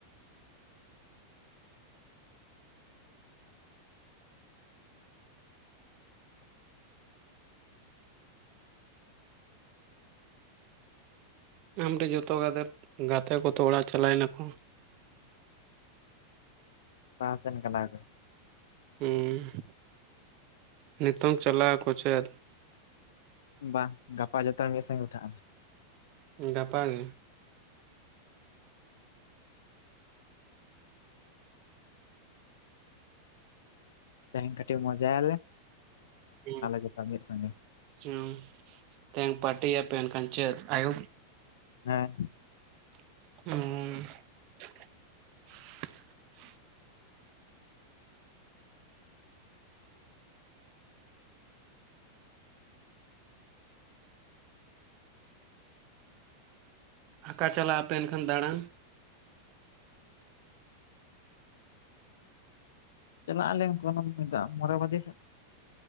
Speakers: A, on the right; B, on the left.
A: ᱟᱢᱨᱮ ᱡᱚᱛᱚ ᱜᱟᱛ ᱜᱟᱛᱮ ᱠᱚᱛᱚ ᱚᱲᱟ ᱪᱟᱞᱟᱣ ᱱᱟᱠᱚ
B: ᱵᱟ ᱥᱮᱱ ᱠᱟᱱᱟ ᱠᱚ
A: ᱦᱩᱸ ᱱᱤᱛᱚᱝ ᱪᱟᱞᱟᱜ ᱟᱠᱚ ᱪᱮᱫ?
B: ᱵᱟᱝ! ᱜᱟᱯᱟ ᱡᱚᱛᱚ ᱢᱤᱫ ᱥᱚᱜᱮ ᱩᱴᱷᱟᱹᱜ ᱟᱞᱮ᱾
A: ᱜᱟᱯᱟ ᱜᱮ?
B: ᱛᱮᱦᱮᱧ ᱠᱟᱹᱴᱤᱡ ᱢᱚᱡᱟᱭ ᱟᱞᱮ᱾
A: ᱦᱩᱸ
B: ᱡᱚᱛᱚ ᱦᱚᱲ ᱢᱤᱫ ᱥᱚᱸᱜᱮ
A: ᱧᱚ ᱛᱮᱦᱮᱧ ᱯᱟᱴᱤᱭᱟᱯᱮ᱾ ᱮᱱᱠᱷᱟᱱ ᱪᱮᱫ? ᱟᱭᱳᱯ
B: ᱦᱮᱸ
A: ᱦᱩ‌ᱸ ᱟᱸᱠᱟ ᱪᱟᱞᱟ ᱟᱯᱮ ᱮᱱ ᱠᱷᱟᱱ ᱫᱟᱬᱟᱱ?
B: ᱪᱟᱞᱟᱼᱜ ᱟᱞᱮ ᱵᱚᱨᱚ ᱵᱟᱡᱮ ᱥᱮ